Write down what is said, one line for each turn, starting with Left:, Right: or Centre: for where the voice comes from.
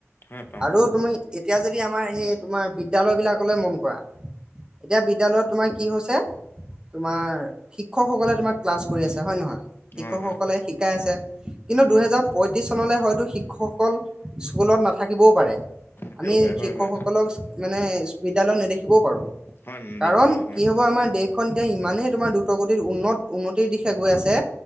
Left: হয় পাম
Right: আৰু
Left: হয়
Right: তুমি এতিয়া যদি আমাৰ সেই তোমাৰ বিদ্যালয় বিলাকলৈ মন কৰা এতিয়া বিদ্যালয়ত তোমাৰ কি হৈছে তোমাৰ, শিক্ষকসকলে তোমাৰ ক্লাছ কৰি আছে, হয় নে নহয়? শিক্ষকসকলে
Left: হয় হয়
Right: শিকাই আছে, কিন্তু দুহেজাৰ
Left: হয়
Right: পয়ত্ৰিছ চনলৈ হয়তো শি ক্ষকসকল স্কুলত নাথাকিবও পাৰে।
Left: আহিব
Right: আমি
Left: পাৰে হয়
Right: শিক্ষকসকলক
Left: হয়
Right: মানে বিদ্যালয়ত নেদেখিবও পাৰোঁ।
Left: হয়
Right: কাৰণ
Left: দেখো বাৰু হয়
Right: কি হ'ব আমাৰ দেশ ইমানে তোমাৰ দ্ৰুতগতিত উন্নত উন্নতিৰ দিশে গৈ আছে,